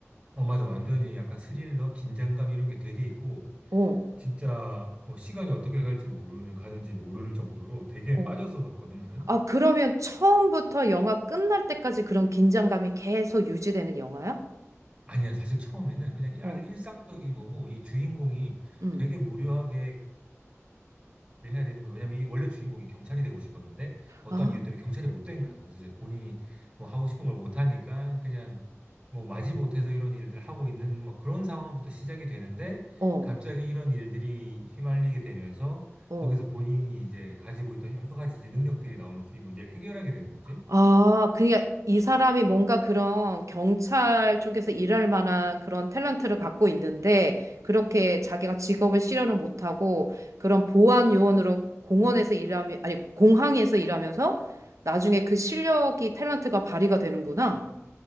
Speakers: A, on the right; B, on the right.
A: 어, 맞아. 완전히 약간 스릴러, 긴장감 이런 게 되게 있고,
B: 어,
A: 진짜, 어, 시간이 어떻게 갈지 모르는, 가는지 모를 정도로 되게
B: 어.
A: 빠져서 봤거든, 나는.
B: 아, 그러면 처음부터 영화 끝날 때까지 그런 긴장감이 계속 유지되는 영화야?
A: 아니야. 사실 처음에는 그냥
B: 어,
A: 아주 일상적인 거고, 이 주인공이
B: 음.
A: 되게 무료하게 해야 되는구나. 왜냐면 이 원래 주인공이 경찰이 되고 싶었는데 어떠한
B: 아,
A: 이유 때문에 경찰이 못 된 거야. 그래서 이제 본인이 뭐 하고 싶은 걸 못 하니까 그냥 뭐 마지못해서 이런 일들을 하고 있는 막 그런 상황부터 시작이 되는데
B: 어,
A: 갑자기 이런 일들이 휘말리게 되면서
B: 어.
A: 거기서 본인이 이제 가지고 있던 여러 가지 이제 능력들이 나오면서 이 문제를 해결하게 되는 거지.
B: 아, 그러니까 이 사람이 뭔가 그런 경찰 쪽에서 일할 만한 그런 탤런트를 갖고 있는데 그렇게 자기가 직업을 실현을 못하고 그런 보안 요원으로 공원에서 일하면 아니 공항에서 일하면서 나중에 그 실력이 탤런트가 발휘가 되는구나.